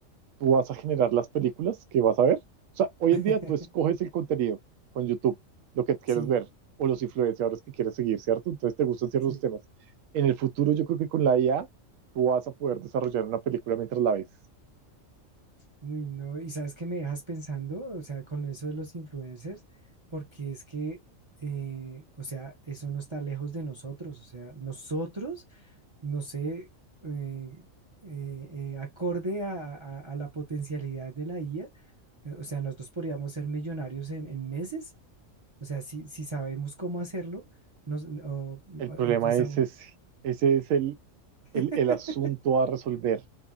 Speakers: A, on the right; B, on the right.
A: tú vas a generar las películas que vas a ver. O sea, hoy
B: <laughs>
A: en día tú escoges el contenido con YouTube, lo que quieres
B: Sí,
A: ver, o los influenciadores que quieres seguir, ¿cierto? Entonces te gustan ciertos
B: sí.
A: temas. En el futuro, yo creo que con la IA, tú vas a poder desarrollar una película mientras la ves.
B: Uy, no, y sabes que me dejas pensando, o sea, con eso de los influencers, porque es que, eh, o sea, eso no está lejos de nosotros, o sea, nosotros, no sé, eh, eh, eh, acorde a, a- a la potencialidad de la IA, eh, o sea, nosotros podríamos ser millonarios en, en meses, o sea, si, si sabemos cómo hacerlo, nos, o- o-
A: El problema
B: utilizamos.
A: es ese. Ese es el, el,
B: <laughs>
A: el asunto a resolver.